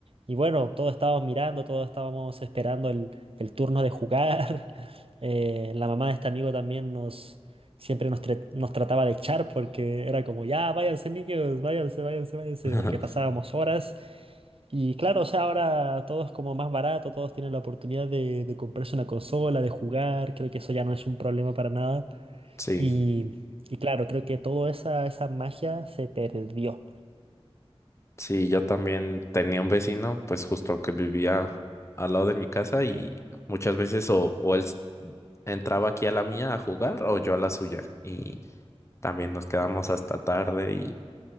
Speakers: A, on the right (about 60°); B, on the left (about 25°).
A: y bueno, todos estábamos mirando, todos estábamos esperando el, el turno de jugar. <laughs> Eh, la mamá de este amigo también nos, siempre nos, tra- nos trataba de echar porque era como, ya, váyanse niños, váyanse, váyanse, váyanse,
B: <laughs>
A: porque pasábamos horas. Y claro, o sea, ahora todo es como más barato, todos tienen la oportunidad de, de comprarse una consola, de jugar, creo que eso ya no es un problema para nada.
B: Sí.
A: Y, y claro, creo que toda esa, esa magia se perdió.
B: Sí, yo también tenía un vecino, pues justo que vivía al lado de mi casa y muchas veces o, o él s- entraba aquí a la mía a jugar o yo a la suya. Y también nos quedamos hasta tarde y